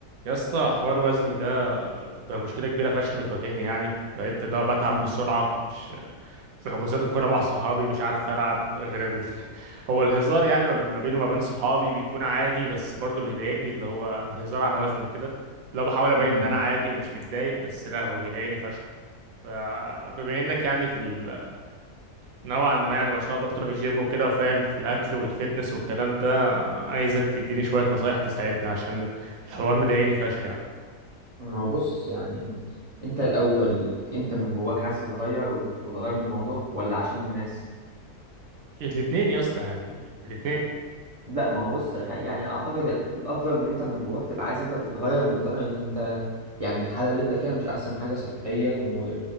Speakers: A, on the right; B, on the right.
A: يا اسطى حوار وزني ده بقى مشكله كبيره فشخ بتواجهني يعني بقيت اللي هو بتعب
B: مم.
A: بسرعه مش في حجوزات الكوره مع صحابي مش عارف العب غير ال... <laughs> هو الهزار يعني ما ما بيني وما بين صحابي بيكون عادي بس برضه بيضايقني اللي هو الهزار على وزني وكده اللي هو بحاول ابين
B: مم.
A: ان انا عادي ومش متضايق بس لا هو بيضايقني فشخ فبما انك يعني في ال... نوعا ما يعني ما شاء الله بتروح الجيم وكده وفاهم في الاكل والفتنس والكلام ده عايزك تديني شويه نصايح تساعدني عشان الحوار مضايقني فشخ يعني
B: هو بص يعني انت الاول انت من جواك عايز تتغير وت- وتغير من الموضوع ولا عشان الناس
A: الاتنين يا اسطى يعني الاتنين
B: لا ما هو بص خ- يعني اعتقد ال- الافضل ان انت من جواك تبقى عايز انت تتغير ومقتنع ان انت يعني الحالة اللي انت فيها مش احسن حاجة صحيا و...